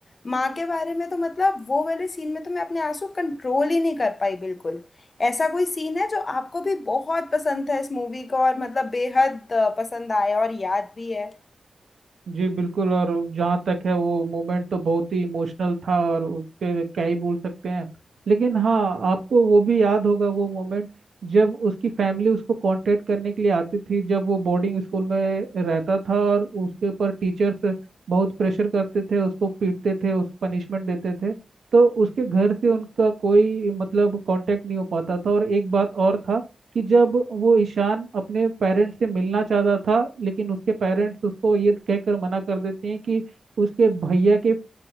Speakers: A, on the left; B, on the right.
A: माँ के बारे में तो मतलब वो वाले सीन में तो मैं अपने आंसू कंट्रोल ही नहीं कर पाई बिल्कुल ऐसा कोई सीन है जो आपको भी बहुत पसंद था इस मूवी का और मतलब बेहद अ, पसंद आया और याद भी है
B: जी बिल्कुल और जहाँ तक है वो मोमेंट तो बहुत ही इमोशनल था और उसके क्या ही बोल सकते हैं लेकिन हाँ आपको वो भी याद होगा वो मोमेंट जब उसकी फैमिली उसको कांटेक्ट करने के लिए आती थी जब वो बोर्डिंग स्कूल में रहता था और उसके ऊपर टीचर्स बहुत प्रेशर करते थे उसको पीटते थे उसको पनिशमेंट देते थे तो उसके घर से उनका कोई मतलब कांटेक्ट नहीं हो पाता था और एक बात और था कि जब वो ईशान अपने पेरेंट्स से मिलना चाहता था लेकिन उसके पेरेंट्स उसको ये कहकर मना कर देते हैं कि उसके भैया के अ,